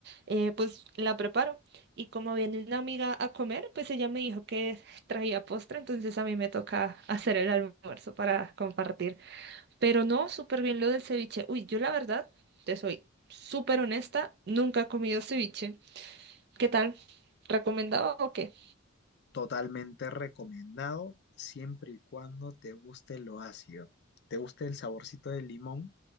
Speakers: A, on the right; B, on the left.
A: eh, pues la preparo. Y como viene una amiga a comer, pues ella me dijo que traía postre. Entonces a mí me toca hacer el almuerzo para compartir. Pero no, súper bien lo del ceviche. Uy, yo la verdad, te soy súper honesta. Nunca he comido ceviche. ¿Qué tal? ¿Recomendado o qué?
B: Totalmente recomendado, siempre y cuando te guste lo ácido, te guste el saborcito del limón.